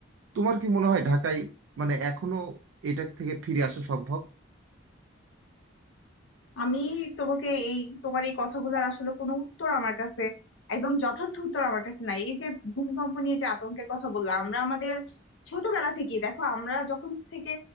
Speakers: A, on the right; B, on the left.
A: তোমার কি মনে হয় ঢাকায় মানে এখনো এটা থেকে ফিরে আসা সম্ভব
B: আমি তোমাকে এই তোমার এই কথাগুলোর আসলে কোনো উত্তর আমার কাছে একদম যথার্থ উত্তর আমার কাছে নাই এই যে ভূমিকম্প নিয়ে যে আতঙ্কের কথা বললাম আমরা আমাদের ছোটবেলা থেকে দেখো আমরা যখন থেকে